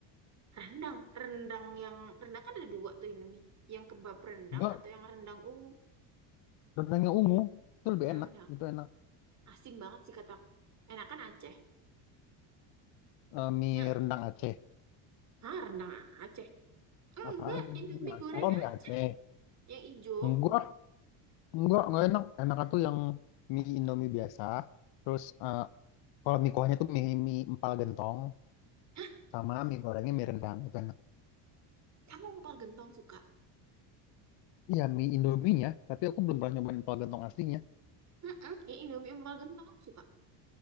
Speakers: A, on the right; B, on the left.
A: Rendang, rendang yang rendang kan ada dua tuh Indomie, yang kebab rendang
B: Enggak,
A: atau yang rendang ungu.
B: rendangnya ungu. Itu lebih
A: Hmm,
B: enak.
A: ya
B: Itu enak.
A: asin banget sih kata. aku. Enakan Aceh.
B: Eh, mie
A: Ya,
B: rendang Aceh.
A: ah rendang Aceh. Enggak,
B: Apaan?
A: Indomie
B: Mie Aceh.
A: goreng
B: Oh, mie
A: Aceh
B: Aceh.
A: yang ijo.
B: Enggak, enggak, enggak enak. Enak tuh yang mie Indomie biasa. Terus eh, kalau mie kuahnya tuh mie, mie empal gentong
A: Hah,
B: sama mie gorengnya mie rendang. Itu enak.
A: kamu empal gentong suka?
B: Iya, mie Indominya, tapi aku belum pernah nyobain empal gentong aslinya.
A: Heeh, yang Indomie empal gentong kamu suka?